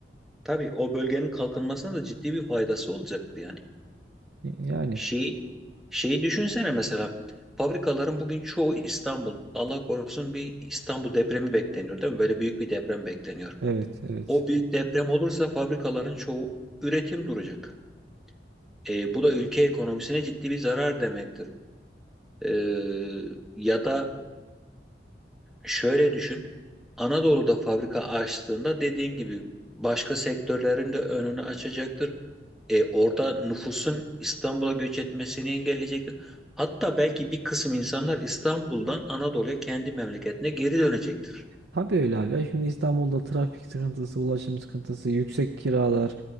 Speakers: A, in the centre; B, on the right (about 90°).
A: tabii o bölgenin kalkınmasına da ciddi bir faydası olacaktır yani.
B: Yani
A: Şey, şeyi düşünsene mesela fabrikaların bugün çoğu İstanbul. Allah korusun bir İstanbul depremi bekleniyor değil mi? Böyle büyük bir deprem bekleniyor.
B: evet evet.
A: O büyük deprem olursa fabrikaların çoğu üretim duracak. E, bu da ülke ekonomisine ciddi bir zarar demektir. E, ya da Şöyle düşün. Anadolu'da fabrika açtığında dediğin gibi başka sektörlerin de önünü açacaktır. E, orada nüfusun İstanbul'a göç etmesini engelleyecektir. Hatta belki bir kısım insanlar İstanbul'dan Anadolu'ya kendi memleketine geri dönecektir.
B: Tabii öyle abi. Ya şimdi İstanbul'da trafik sıkıntısı, ulaşım sıkıntısı, yüksek kiralar.